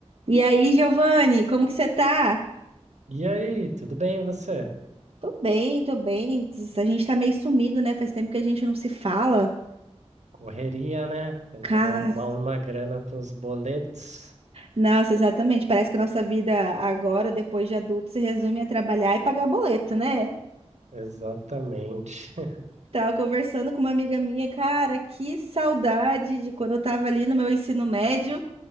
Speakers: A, on the right; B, on the right.
A: E aí, Giovanni, como que você tá?
B: E aí, tudo bem e você?
A: Tô bem, tô bem. A gente tá meio sumido, né? Faz tempo que a gente não se fala.
B: Correria, né? Tentando
A: Cara,
B: arrumar uma grana para os boletos.
A: nossa, exatamente. Parece que a nossa vida agora, depois de adulto, se resume a trabalhar e pagar boleto, né?
B: Exatamente. <laughs>
A: Tava conversando com uma amiga minha, cara, que saudade de quando eu tava ali no meu ensino médio,